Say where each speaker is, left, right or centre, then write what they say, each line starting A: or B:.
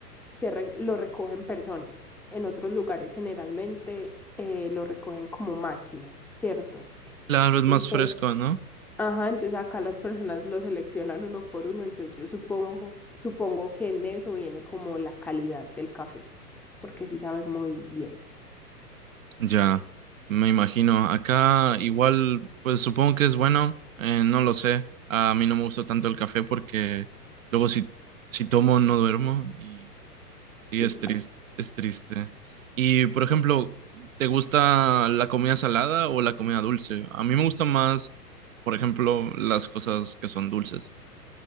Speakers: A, in the centre; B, on the right.
A: se re- lo recogen personas. En otros lugares generalmente eh, lo recogen como máquinas, ¿cierto?
B: Claro, es más
A: Entonces,
B: fresco, ¿no?
A: Ajá, entonces acá las personas lo seleccionan uno por uno, entonces yo supongo, supongo que en eso viene como la calidad del café, porque sí sabe muy bien.
B: Ya, me imagino. Acá igual, pues supongo que es bueno, eh, no lo sé. A mí no me gusta tanto el café porque luego si, si tomo no duermo y sí
A: Sí,
B: es
A: pa-
B: triste, es triste. Y por ejemplo, ¿te gusta la comida salada o la comida dulce? A mí me gusta más, por ejemplo, las cosas que son dulces.